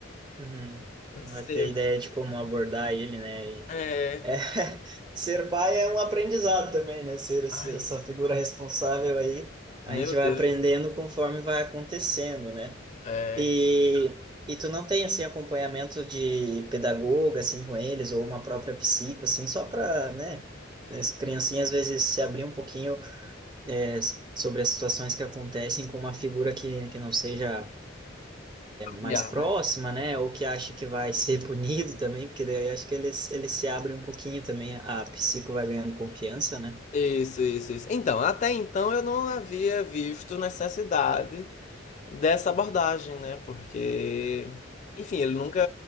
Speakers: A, on the right (about 25°); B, on the left (about 40°).
A: Uhum.
B: Eu não
A: Não
B: sei
A: vai ter
B: o
A: ideia
B: que...
A: de como abordar ele, né?
B: É...
A: É, <laughs> ser pai é um aprendizado também, né? Ser esse-
B: Ai,
A: essa figura responsável aí, a
B: meu
A: gente vai
B: Deus.
A: aprendendo conforme vai acontecendo, né?
B: É...
A: E, e tu não tem, assim, acompanhamento de pedagoga, assim, com eles, ou uma própria psico, assim, só para, né? As criancinhas, às vezes, se abrir um pouquinho, é, sobre as situações que acontecem com uma figura que, que não seja mais
B: Olhar,
A: próxima,
B: né?
A: né? Ou que acha que vai ser punido também, porque daí eu acho que eles, eles se abrem um pouquinho também, a psico vai ganhando confiança, né?
B: Isso, isso, isso. Então, até então eu não havia visto necessidade dessa abordagem, né? Porque... Enfim, ele nunca